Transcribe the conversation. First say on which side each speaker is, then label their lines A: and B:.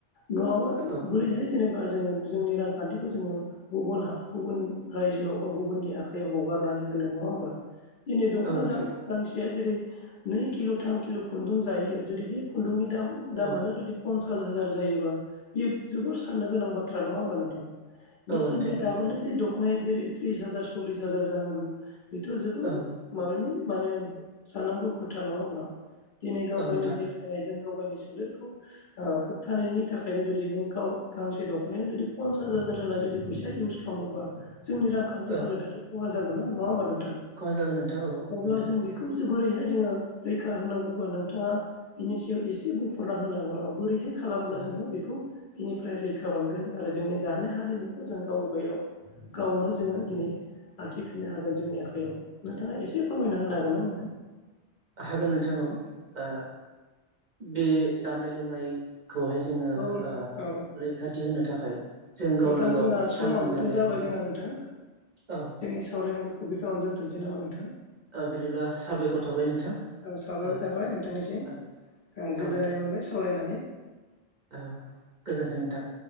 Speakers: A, on the left; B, on the right.
A: नङाबा
B: औ
A: बोरैहाय जेनेबा जोङो जोंनि रांखान्थिखौ जोङो गुबल हा गुबुन रायजोआव बा गुबुननि आखयाव हगारनानै होनो नङा होमबा दिनै दख'ना
B: औ नोंथां
A: दाम गांसेया जेरै नै किल थाम किल खुन्दुं जायो जुदि बि खुन्दुंनि दाम दामानो
B: औ
A: जुदि पनस- सास हाजार जायोबा इयोब जोबोर फाननो गोनां बाथ्रा नङा होमबा नोंथां मिचिनदो
B: औ नोंथां
A: दाबानोदे
B: औ
A: दख'नाया देरेद टिस हाजार सल्लिस हाजार जानांगौ बेथ' जोबोर
B: औ
A: माहोनो माने साननांगौ खोथा नङा होमब्ला दिनै गावगायनि
B: औ नोंथां
A: देखायनायजों गावगायनि सोलेरखौ ओ खोबथानायनि थाखायनो जुदि नों गाव गांसे दख'नायानो जुदि फनसास हा- जार होना जुदि फैसा इउस खालामोबा जोंनि रांखान्थि
B: औ
A: हालोदाथ खहा जागोन नङा होमबा नों थां
B: खहा जागोन नोंथां औ
A: अब्ला
B: नोंथां
A: जों बेखौ जो बोरैहाय जोङो रैखा होनांगौबा नोंथाङा बिनि सायाव एसे बुंफुरना होनो हागोन नामा बोरैहाय खालामब्ला
B: औ
A: जोङो बेखौ बिनिफ्राय रैखा मोनगोन आरो जोंनि दानाय हारिमुखौ जों गावबायाव गावनो जोङो दिनै लाखिफिननो हागोन जोंनि आखयाव नोंथाङा एसे फोरमायना होनो हागोन ना आंनो
B: हागोन नोंथां औ ओ बे दानाय लुनाय खौहाय जोङो
A: औ
B: ओ
A: औ
B: रैखाथि होनो थाखाय जों गावनो
A: नोंथां
B: गाव
A: जोंहा समाबोथ
B: सांग्रां जानाया
A: जाबाय
B: गाहाम
A: जोंहा नोंथां
B: औ
A: जोंनि सावरायनांगौखौ बे खिनियावनो दोनथनोसै नामा नोंथां।
B: ओ बिदिब्ला साबायखर थाबाय नोंथां
A: औ साबायखर
B: ओ
A: थाबाय नोंथांनिसिम
B: साबायखर
A: गोजोननाय मोनबाय सावरायनानै
B: ओ गोजोन्थों नोंथां